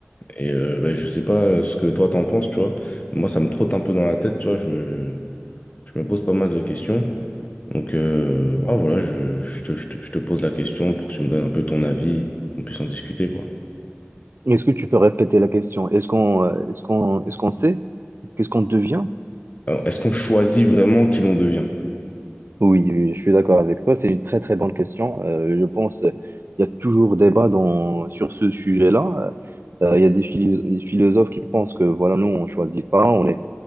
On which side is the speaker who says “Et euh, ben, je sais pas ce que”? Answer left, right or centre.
Left